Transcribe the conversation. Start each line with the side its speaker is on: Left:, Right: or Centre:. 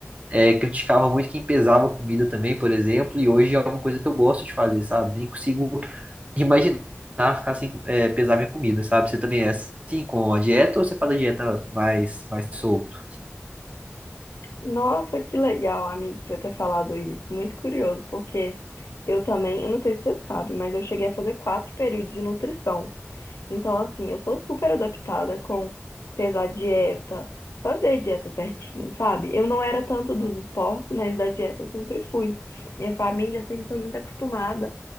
Right: É, criticava muito quem pesava comida também, por exemplo, e hoje é uma coisa que eu gosto de fazer, sabe? Nem consigo imaginar ficar sem é, pesar minha comida, sabe? Você também é assim com a dieta ou você faz a dieta mais, mais solto?
Left: Nossa, que legal, amigo, você ter falado isso. Muito curioso, porque eu também, eu não sei se você sabe, mas eu cheguei a fazer quatro períodos de nutrição. Então, assim, eu sou super adaptada com pesar dieta, fazer dieta certinho, sabe? Eu não era tanto dos esportes, mas da dieta eu sempre fui. Minha família sempre foi muito acostumada